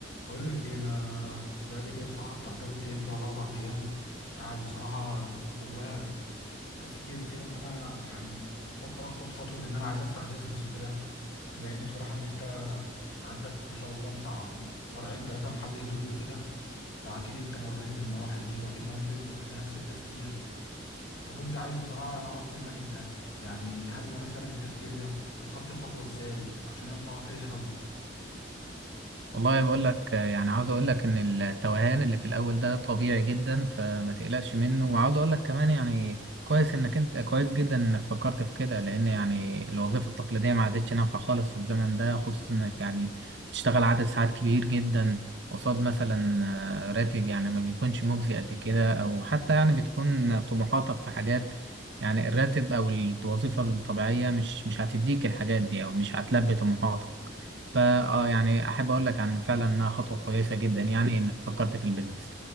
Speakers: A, on the left (about 70°); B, on the right (about 60°).
A: بقول لك ايه انا بقالي كده بصراحه بتاع تلات ايام كده ولا اربع ايام قاعد بصراحه ج- جوايا تفكير كده ان انا يعني بفكر اخد خطوه ان انا عايز افتح بيزنس وكده بما ان بصراحه ان انت عندك ما شاء الله بتاع فرعين ثلاثه محل هدوم وكده فاكيد انت مريت بالمراحل دي واكيد مريت ب- بنفس التفكير فكنت عايز بصراحه انا اعرف منك انت يعني هل مريت فعلا بالتفكير ده طب خدت الخطوه ازاي عشان انا بصراحه تايه قوي
B: والله بقول لك يعني عاوز اقول لك ان التوهان اللي في الاول ده طبيعي جدا فما تقلقش منه وعاوز اقول لك كمان يعني كويس انك انت كويس جدا انك فكرت في كده لان يعني الوظيفه التقليديه ما عادتش نافعه خالص في الزمن ده خصوصا انك يعني بتشتغل عدد ساعات كبير جدا قصاد مثلا آه، راتب يعني ما بيكونش مجزي قد كده او حتى يعني بتكون طموحاتك في حاجات يعني الراتب او الوظيفه الطبيعيه مش مش هتديك الحاجات دي او مش هتلبي طموحاتك فا اه يعني احب اقول لك عن فعلا انها خطوه كويسه جدا يعني انك فكرت في البيزنس